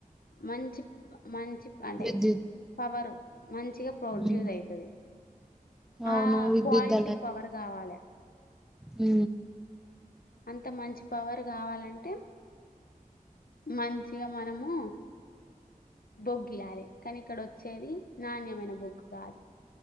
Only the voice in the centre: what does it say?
విద్యుత్
ఉమ్
అవును
విద్యుత్
ఊ